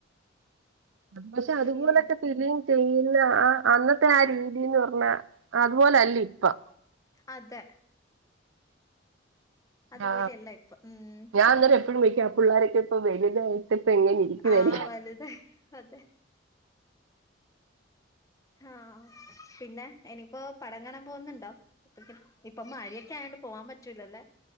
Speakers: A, on the right (about 80°); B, on the left (about 15°).
A: പക്ഷെ അതുപോലൊക്കെ
B: പിന്നെയാണ്
A: <unintelligible> ചെയ്യുന്ന ആ അന്നത്തെ ആ രീതിന്ന് പറഞ്ഞാ അതുപോലല്ല ഇപ്പ.
B: അതെ അതുപോലെയല്ല
A: ആ
B: ഇപ്പൊ ഉം
A: ഞാൻന്നേരം എപ്പഴും വക്കും പിള്ളോരൊക്കെ ഇപ്പ വലിയ ഇപ്പ എങ്ങന എനിക്ക് വര
B: ആ വലുതായി അതെ ആഹ ആ പിന്നെ എനിപ്പോ പടം കാണാൻ പോകുന്നുണ്ടോ? <unintelligible> ഇപ്പൊ മഴയൊക്കെ ആണ് പോവാൻ പറ്റൂലല്ലേ?